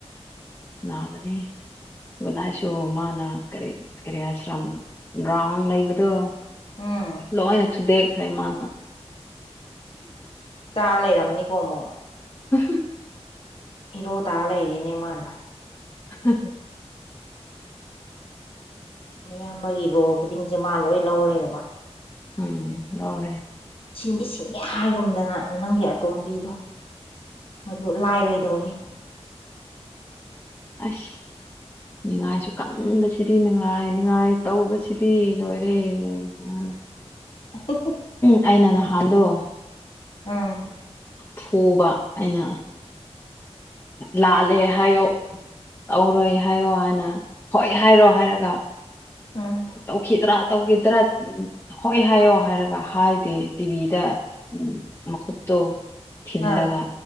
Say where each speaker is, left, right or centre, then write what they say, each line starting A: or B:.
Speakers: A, on the left; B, on the left.
A: ꯅꯥꯕꯅꯦ ꯒꯨꯠꯅꯥꯢꯁꯨ ꯃꯥꯅ ꯀꯔꯤ ꯀꯔꯤ ꯍꯥꯏꯁꯤꯔ ꯒ꯭ꯔꯥꯎꯟ ꯂꯩꯕꯗꯣ
B: ꯎꯝ
A: ꯂꯣꯏꯅ ꯊꯨꯗꯦꯛꯈ꯭ꯔꯦꯃꯅ
B: ꯇꯥ ꯂꯩꯔꯝꯅꯤꯀꯣ ꯑꯃꯨꯛ
A: ꯎꯝ ꯍꯨꯝ
B: ꯍꯤꯔꯣ ꯇꯥꯔ ꯂꯩꯔꯤꯅꯦ ꯃꯥꯅ
A: ꯍꯝ
B: ꯃꯌꯥꯝꯕꯒꯤ ꯔꯣꯜ ꯈꯨꯗꯤꯡꯁꯤ ꯃꯥ ꯂꯣꯏ ꯂꯧ ꯂꯩꯔꯕ
A: ꯎꯝ ꯂꯧꯎꯔꯦ
B: ꯁꯤꯡꯗꯤ ꯁꯤꯡꯉꯦ ꯍꯥꯏꯒꯨꯝꯗꯅ ꯅꯪꯒꯤ ꯑꯇꯣꯝꯕꯤꯗꯣ ꯃꯗꯨ ꯂꯥꯏꯔꯣꯏ ꯗꯧꯔꯤ
A: ꯑꯥꯁ ꯅꯤꯡꯉꯥꯏꯁꯨ ꯀꯟꯕꯁꯤꯗꯤ ꯅꯤꯡꯉꯥꯏ ꯅꯤꯡꯉꯥꯏ ꯇꯧꯕꯁꯤꯗꯤ ꯂꯣꯏꯔꯦ ꯎꯝ <inaudible>
B: <unintelligible>
A: ꯑꯩꯅ ꯅꯍꯥꯟꯗꯣ
B: ꯎꯝ
A: ꯐꯨꯕ ꯑꯩꯅ ꯂꯥꯜꯂꯦ ꯍꯥꯏꯌꯣ ꯇꯧꯔꯣꯏ ꯍꯥꯏꯌꯣ ꯍꯥꯏꯅ ꯍꯣꯏ ꯍꯥꯏꯔꯣ ꯍꯥꯏꯔꯒ
B: ꯎꯝ
A: ꯇꯧꯈꯤꯗ꯭ꯔꯥ ꯇꯧꯈꯤꯗ꯭ꯔꯥ ꯍꯣꯏ ꯍꯥꯏꯌꯣ ꯍꯥꯏꯔꯒ ꯍꯥꯏꯗꯦ ꯇꯤꯚꯤꯗ ꯎꯝ ꯃꯈꯠꯇꯣ ꯊꯤꯜꯂꯒ
B: ꯑꯥ